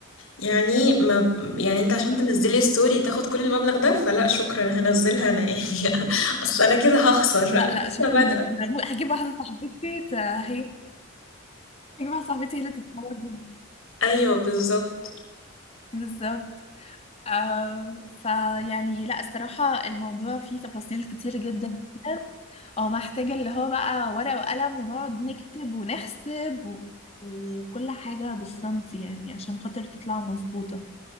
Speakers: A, on the left; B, on the left.
A: يعني ما يعني
B: بالظبط
A: انت عشان تنزلي ستوري تاخد كل المبلغ ده فلا شكرا هنزلها انا يعني <laughs> اصل انا كده هخسر انا
B: لا لا
A: لسه
B: شكرا
A: بادئة
B: جدا هجيب <laughs> واحدة صاحبتي ت- هي هجيب واحدة صاحبتي هي اللي تتفرج بيها.
A: ايوه بالظبط
B: بالظبط آه فيعني لا الصراحة الموضوع فيه تفاصيل كتير جدا او محتاجة اللي هو بقى ورقة وقلم ونقعد نكتب ونحسب و... وكل حاجة بالسنتي يعني عشان خاطر تطلع مظبوطة